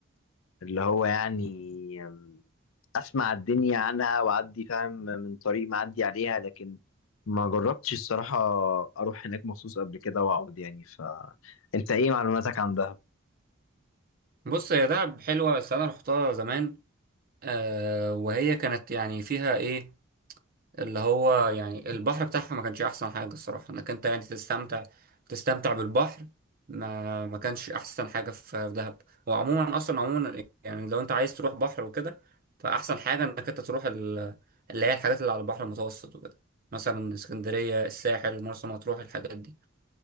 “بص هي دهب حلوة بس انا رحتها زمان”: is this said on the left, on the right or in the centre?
Right